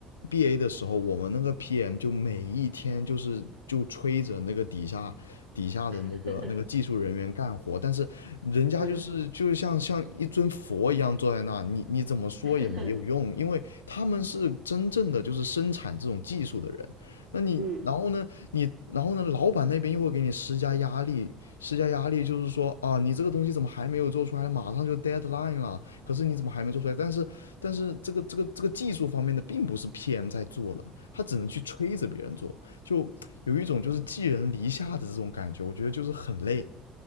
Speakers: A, on the left (about 85°); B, on the right (about 90°).
A: BA 的时候，我们那个 PM 就每一天就是就催着那个底下底下的那个那个技术人员干活，
B: <laughs>
A: 但是人家就是就像像一尊佛一样坐在那，
B: 嗯。
A: 你你怎么说也没有用，
B: <laughs>
A: 因为他们是真正的就是生产这种技术的人。那你，
B: 嗯，
A: 然后呢，你，然后呢，老板那边又会给你施加压力，施加压力就是说啊，你这个东西怎么还没有做出来？马上就 deadline 了，可是你怎么还没做出来？但是，但是这个这个这个技术方面的并不是 PM 在做的，他只能去催着别人做，就有一种就是寄人篱下的这种感觉，我觉得就是很累。